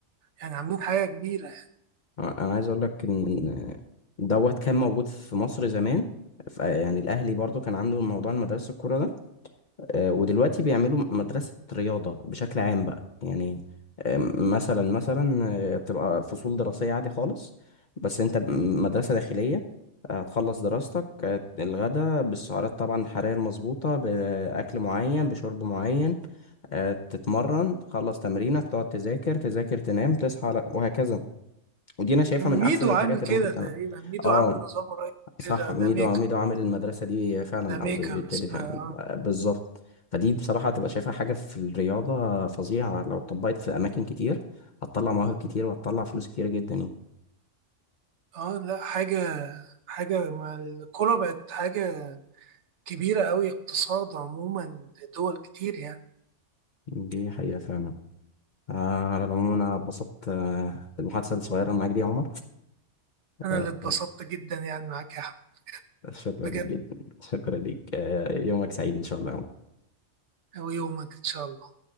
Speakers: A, on the right (about 70°); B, on the left (about 45°).
A: يعني عاملين حاجة كبيرة
B: انا عايز اقول لك ان دوت كان موجود في مصر زمان ف- يعني الاهلي برضو كان عنده موضوع المدرسه الكوره ده آه، ودلوقتي بيعملوا مدرسة رياضة بشكل عام بقى يعني آه، مثلا مثلا آه، تبقى فصول دراسية عادي خالص بس انت ب- مدرسة داخلية آه، هتخلص دراستك آه، الغدا بالسعرات طبعا الحرارية المظبوطة بأكل معين بشرب معين آه، تتمرن تخلص تمرينك تقعد تذاكر تذاكر تنام تصحى على- وهكذا ودي انا شايفها من
A: ميدو
B: احسن الحاجات
A: عامل كده
B: اللي ممكن تعملها
A: تقريبا ميدو
B: اه
A: عامل نظام قريب كده
B: صح ميدو
A: ذا ميكر
B: ميدو عامل المدرسة دي فعلا
A: ذا ميكر
B: أو بي- بيبتدي
A: اسمها
B: فعلا
A: اه
B: آه، بالظبط فدي بصراحة هتبقى شايفها حاجة في الرياضة فظيعة لو اتطبقت في أماكن كتير هتطلع مواهب كتير وهتطلع فلوس كتير جدا يعني
A: اه لا حاجة حاجة ما الكورة بقت حاجة كبيرة أوي اقتصاد عموما لدول كتير يعني
B: دي حقيقة فعلا آه، على العموم أنا اتبسطت آه، بالمحادثة الصغيرة معاك دي يا عمر
A: أنا
B: آه،
A: اللي اتبسطت جدا يعني معاك يا أحمد
B: شكرا
A: بجد
B: لك جدا شكرا لك آه، يومك سعيد إن شاء الله يا عمر.
A: ويومك إن شاء الله